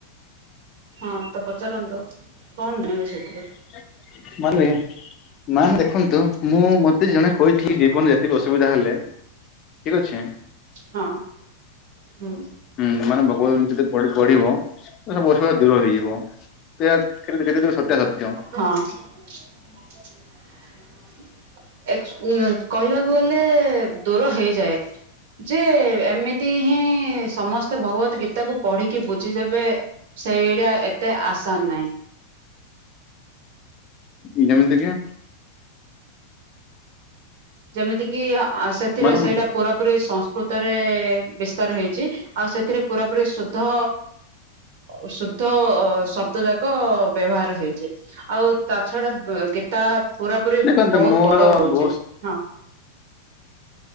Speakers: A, on the right; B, on the left.
A: ହଁ ତ ପଚାରନ୍ତୁ କଣ ନେବେ ସେଥିରେ।
B: <unintelligible> ମାନ୍ ଦେଖନ୍ତୁ ମୁଁ ମତେ ଜଣେ କହିଥିଲି ଜୀବନ ଯେତିକି ଅସୁବିଧା ହେଲେ ଠିକ ଅଛେ।
A: ହଁ ହୁଁ।
B: ହୁଁ ମାନେ ଭଗବତ ଗୀତ ଯେ ପଢ଼ି ପଢିବ ସୁ ବସ ଦୂର ହେଇଯିବ ଏୟା କେତେ ତୁ ସତ୍ୟା ସତ୍ୟ।
A: ହଁ ଏକଚୁ ଉଁ କହିବାକୁ ଗଲେ ଦୂର ହେଇଯାଏ। ଯେ ଏମିତି ହିଁ ସମସ୍ତେ ଭଗବତ ଗୀତା କୁ ପଢିକି ବୁଝିଦେବେ। ସେଇଟା ଏତେ ଆସନ ନାହିଁ।
B: <unintelligible>
A: ଯେମିତି କିି ଆ ସେଥିରେ
B: ମାନେ
A: ସେଇଟା ପୁରାପୁରି ସଂସ୍କୃତରେ ବିସ୍ତାର ହେଇ ଚି ଆଉ ସେଥିରେ ପୁରାପୁରି ଶୁଧ ଓଶୁଦ୍ଧ ଶବ୍ଦ ଯାକ ବ୍ୟବହାର ହେଇଛି ଆଉ ତା ଛଡା ବେ ଗେ ଟା ପୁରା ପୁୀ
B: ଦେଖନ୍ତୁ
A: ବହୁତ
B: ମୋର
A: ବଡ ରହୁଛି
B: ବହୁତ
A: ହଁ